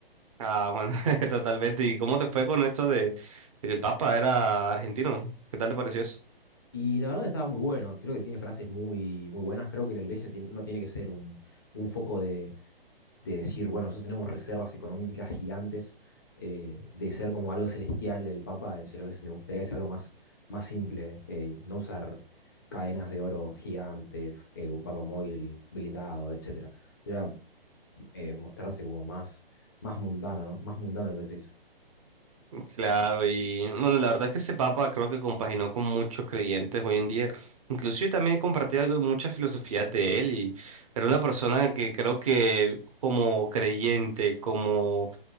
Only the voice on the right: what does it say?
Ah, bueno, <laughs> totalmente. ¿Y cómo te fue con esto de, de que el Papa era argentino? ¿Qué tal te pareció eso?
Claro, y bueno, la verdad es que ese Papa creo que compaginó con muchos creyentes hoy en día. Incluso yo también compartí algo de muchas filosofías de él y era una persona que creo que como creyente, como